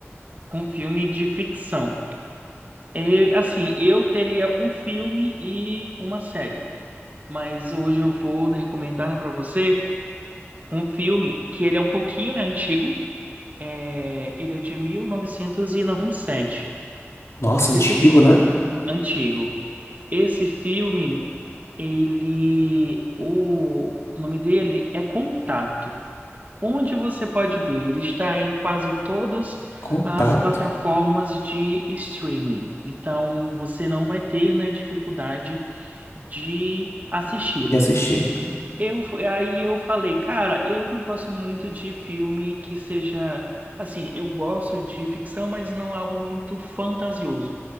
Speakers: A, on the right; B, on the left.
A: um filme de ficção. É, assim, eu teria um filme e uma série, mas hoje eu vou né, recomendar né, para você um filme que ele é um pouquinho, né, antigo. É, ele é de mil novecentos e e noventa e sete
B: Nossa,
A: Esse
B: antigo,
A: fi-
B: né?
A: antigo. Esse filme, ele, o, o nome dele é Contato. Onde você pode ver, ele está em quase todas
B: Contato.
A: as plataformas de streaming. Então, você não vai ter, né, dificuldade de assisti-lo.
B: Já assisti.
A: Eu, fu- aí eu falei, cara, eu não gosto muito de filme que seja. Assim, eu gosto de ficção, mas não algo muito fantasioso.